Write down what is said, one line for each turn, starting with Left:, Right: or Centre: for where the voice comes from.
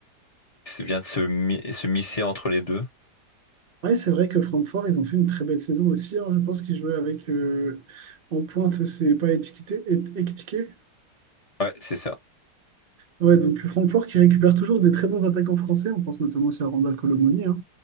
Left: qui vient de se, mi- se misser entre les deux.
Right: Ouais, c'est vrai que Francfort, ils ont fait une très belle saison aussi. hein. Je pense qu'ils jouaient avec euh, en pointe, c'est pas étiqueté, étiqueté.
Left: Ouais, c'est ça.
Right: Ouais, donc Francfort qui récupère toujours des très bons attaquants français, on pense notamment aussi à Randal Colomoni, hein,